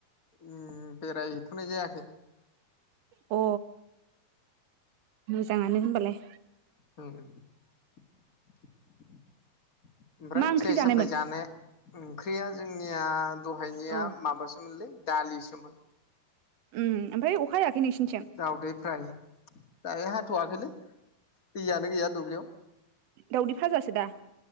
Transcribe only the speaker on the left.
उ बेरायहैथ'नाय जायाखै
<inaudible> ओमफ्राय
फिथाइ
सामथाइ जानो ओंख्रिया जोंनि जोंनिया दहायनिया
माबासोमोनलै दालिसोमोन
दाउदै फ्राय दायो हाथ'वाखैलै दैयानो गैया दुब्लियाव